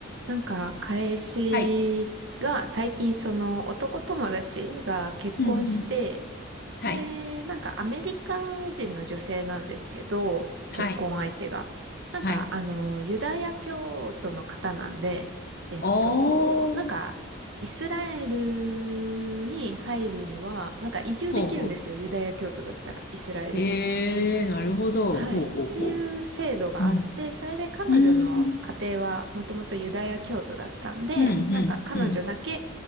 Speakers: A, on the right; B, on the left.
A: なんか、彼氏が最近その男友達が結婚して、
B: はい。うんうん。はい。
A: で、なんかアメリカ人の女性なんですけど、結婚相手が。
B: はい。
A: なんか、
B: はい。
A: あの、ユダヤ教徒の方なんで、えっと、
B: お
A: なんか、
B: ー。
A: イスラエルに入るには、なんか移住できるんですよ、
B: ほうほ
A: ユダヤ教徒だったら、イスラエルに。
B: う。へえ、なるほど。
A: はい。
B: ほうほうほ
A: っていう制度があって、
B: う。うん。
A: それで彼女の家庭はもともとユダヤ教徒だったんで、
B: うん。うん。
A: なんか彼女だけ
B: うん。